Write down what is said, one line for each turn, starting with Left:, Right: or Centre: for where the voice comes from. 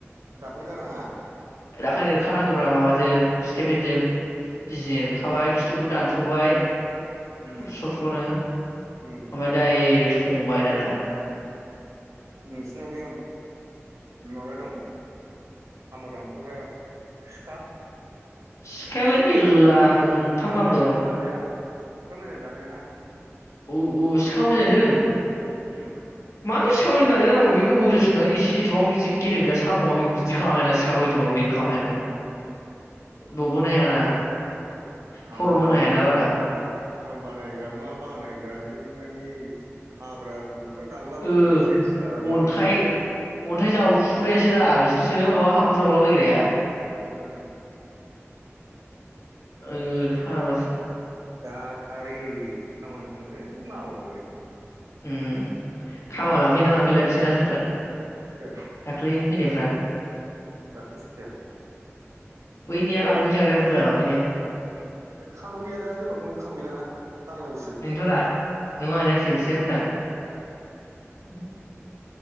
Right: दाखोन गारनाङा
Left: दाखोन एरखानांगौब्रा माबाजों स्टिफेनजों बिजि
Right: उम
Left: एरखाबाय खिथुखौ दानस'बाय
Right: उम
Left: थबस्र' थबस्रनो
Right: उम
Left: ओम दाय दायरेक संबाय दाना
Right: नोंसिनावबो माबा दं साम दानथग्रा सिखा
Left: सिखायालाय
Right: सिखा
Left: मेल्ला
Right: मोजां
Left: गंथाम गाहाम
Right: मोजांजोंथ
Left: दं
Right: दानजाया सिखा मोजांजों दानजायाना
Left: औ औ सिखा मोजां जों
Right: ओम
Left: मानो सिखांनानै दाज जानांगौ बे गोबावजों सिखां इसे इथटुबाव बिदि गेलेमज सामआ बिदि खालामजायाना सिखाखौ गोबां बेनो
Right: उम
Left: खालामनो
Right: उम।
Left: हायाना दबोनो हायाना
Right: खामबानायग्रा
Left: थरम होनो हायाना बारा
Right: मा खाम बानायग्रा मा बानायग्रा दा जों मानि हाग्रा दंफां दानलाबायनानै
Left: ओ
Right: सेस खालामो
Left: अन्थाइ
Right: नोंसोरो
Left: अन्थाइ जावफुग्रायासो दा बिसोरसो माबा हाखर जावलाबायग्राया।
Right: ओं
Left: ओ फाग्लासो
Right: जाथारै खामानि। ओंहो मावो
Left: उम खामा लांफैना लांफैला बिसोर आसोलफ्रा।
Right: सोर
Left: दाख्लै फैनायफ्रा?
Right: दाख्लैसो फैया
Left: बैनिया लांफैबाय थाग्राया। बुरजा लांफैनाया।
Right: खामा गैया दा जोंनावथ खाम गैलाना। बानायनांगौसो
Left: बेनोथ दा नोंङा जायखिजाया बिसोर होनदां। हो?